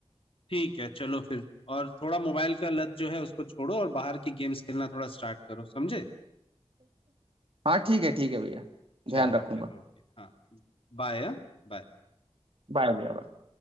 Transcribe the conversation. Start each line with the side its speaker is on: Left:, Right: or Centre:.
Left: ठीक है चलो फिर और थोड़ा मोबाइल का लत जो है उसको छोड़ो और बाहर की गेम्स खेलना थोड़ा स्टार्ट करो समझे
Right: हाँ ठीक है ठीक है भैया
Left: चलो
Right: ध्यान रखूंगा
Left: फिर ओके हाँ बाय हाँ बाय
Right: बाय भैया bye।